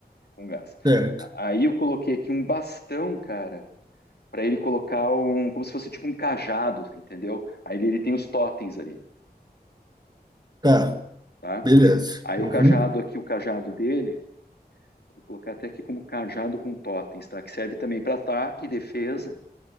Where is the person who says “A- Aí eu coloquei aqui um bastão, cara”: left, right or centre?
Left